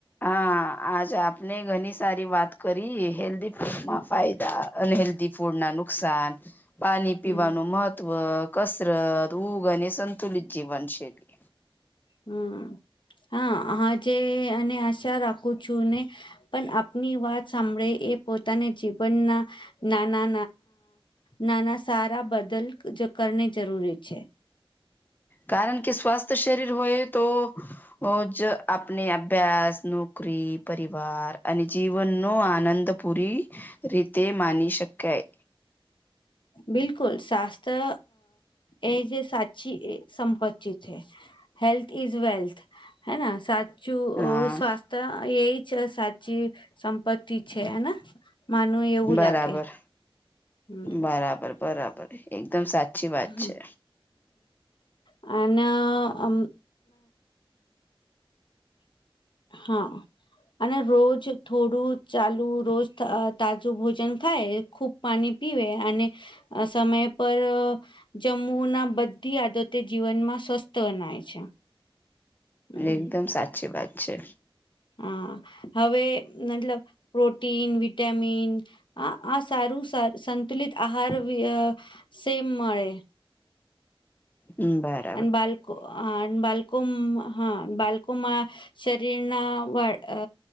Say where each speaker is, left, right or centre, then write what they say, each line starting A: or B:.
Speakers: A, on the left (about 20°); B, on the left (about 55°).
A: હા આજ આપને ઘણી સારી વાત કરી હેલ્ધ ફૂડમાં
B: હમ
A: ફાયદા. અને હેલ્ધ ફૂડ ના નુકસાન પાણી પીવાનું
B: હમ
A: મહત્વ. કસરત, ઊગ અને સંતુલિત જ જીવાન શેલી.
B: હમ હા આજે અને આશા રાખું છું ને પણ આપની વાત સાંભળે એ પોતાને જીવનના નાના નાના સારા બદલ કરને જરૂરી છે.
A: કારણ કે સ્વસ્થ શરીર હોય તો રજ આપણે અભ્યાસ, નોકરી, પરિવાર અને જીવનનો આનંદ પૂરી રીતે માની શકાય.
B: બિલકુલ શાસ્ત્ર એ જે સાચી એ સંપત્તિ છે. હેલ્થ ઇઝ વેલ્થ હે ન સા ચુ
A: હા
B: સ્વાસ્થ્ય એ છે સાચી સંપત્તિ છે હેના માનુંવ એવું
A: બરાબર
B: લાગે. હમ
A: બરાબર બરાબર એકદમ સાચી વાત
B: હ
A: છે.
B: હ અને અમ હા. અને રોજ થોડું ચાલુ રોજ તાજું ભોજન ખાય ખૂબ પાણી પીવે અને સમય પર જમ્મુ ના બધી આદતે જીવનમાં સ્વસ્થ બનાય છે. હમ
A: એકદમ સાચી વાત છે.
B: હા હવે મતલબ પ્રોટીન, વિટામિન આ આ સારું સંતુલિત આહાર વિ સેમ મળે.
A: હમ બાય.
B: અને બાલકો બાલ હા બાલકોમાં શરીરના વાળ અ